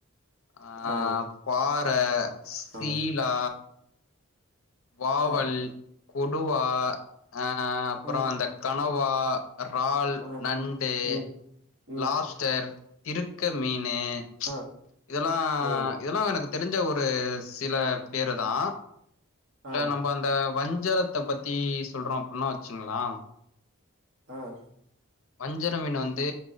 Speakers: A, on the left; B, on the right.
A: ஆஹ்
B: ஆ
A: பாறை சீலா
B: ஆ
A: வாவல்.
B: ஆ
A: கொடுவா. ஆஹ அப்புறோ
B: ஆ
A: அந்தக்கா. கனவா. இறால்,
B: ஆ
A: நண்டு.
B: ம் ம்
A: லாப்ஸ்டர். திருக்க மீன். ன்னு ம்ச்.
B: ஆ
A: இதெல்லா
B: ம்
A: இதெல்லா எனக்கு. தெரிஞ்ச ஒரு சில பேருதா. இல்ல
B: ஆ
A: நம்ம அந்த. வஞ்சரத்த பத்தி சொல்றோ அப்படின்னா வச்சக்கங்களே.
B: ஆஹ.
A: வஞ்சர மீன் வந்து